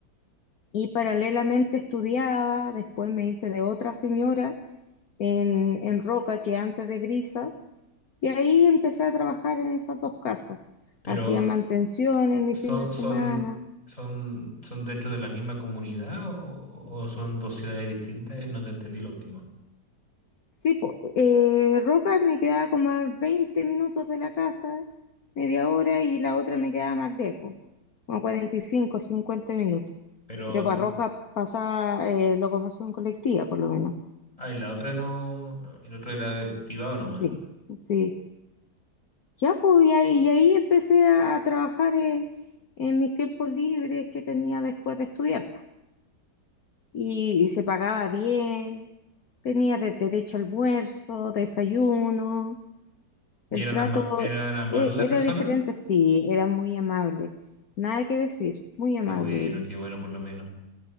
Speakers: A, on the left; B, on the left.
A: y paralelamente estudiaba, después me hice de otra señora en, en Roca, que antes de Brisa, y ahí empecé a trabajar en esas dos casas.
B: Pero
A: Hacía mantención en mi
B: son,
A: fin de semana.
B: son, son, son dentro de la misma comunidad o, o son dos ciudades distintas? Eh, No te entendí lo último.
A: Sí, po, eh, Roca me quedaba como a 20 minutos de la casa, media hora, y la otra me quedaba más lejos, como 45, 50 minutos.
B: Pero
A: Pero para
B: ten-
A: Roca pasaba eh, locomoción colectiva, por lo menos.
B: ah, en la otra no, el otro era de privado nomás.
A: Sí, sí. Ya, pues, y ahí, y ahí empecé a, a trabajar eh, en mis tiempos libres que tenía después de estudiar. pues. Y, y se pagaba bien, tenía de- derecho a almuerzo, desayuno,
B: ¿Y
A: el
B: eran,
A: trato
B: ama- eran amables
A: eh,
B: las
A: era
B: personas?
A: diferente, sí, era muy amable, nada que decir, muy
B: Qué
A: amable
B: bueno,
A: ellos.
B: qué bueno por lo menos.